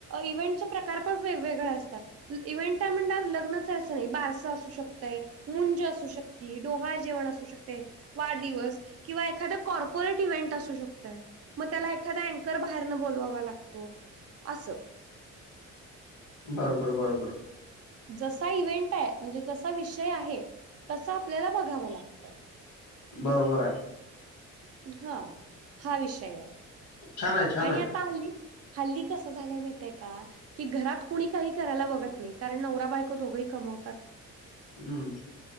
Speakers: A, on the right (about 50°); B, on the left (about 75°).
A: इव्हेंटचे प्रकार पण वेगवेगळे असतात इव्ंट ट म्हण लग्नच आहे असं नाही बारसं असू शकतं मूंज असू शकते डोहा जेवण असू शकते वाढदिवस किंवा एखाद कॉर्पोरेट इव्हेंट असू शकतय मग त्याला एखादा अँकर बाहेरनं बोलवावा लागतो असं
B: बरोबर बरोबर
A: जसा इव्हेंट आहे म्हणजे जसा विषय आहे तसा आपल्याला बघावं लागतं
B: बरोबर आहे
A: हा हा विषय आहे
B: छान आहे छान
A: आणि
B: आहे
A: आता हल्ली हल्ली कसं झालंय माहितय का कि घरात कुणी काही करायला बघत नाही कारण नवरा बायको दोघही कमवतात
B: हम्म